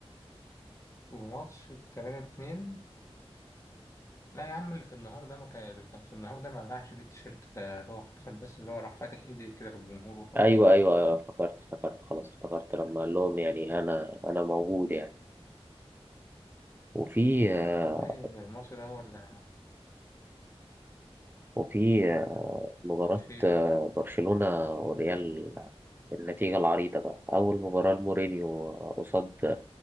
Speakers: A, on the left; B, on the right.
A: وماتش التلاتة اتنين لا يا عم اللي في النهار ده ما كان اللي كان في النهار ده ما قلعش فيه التيشيرت ده اللي هو احتفل بس اللي هو راح فاتح ايديه كده للجمهور وخلاص
B: ايوه ايوه ايوه افتكرت افتكرت خلاص افتكرت لما قال لهم يعني انا انا موجود يعني وفي آه،
A: ايوه الماتش ده هو اللي
B: وفي آه، مباراة
A: فيه
B: آه، برشلونة وريال النتيجة العريضة بقى أول مباراة لمورينيو قصاد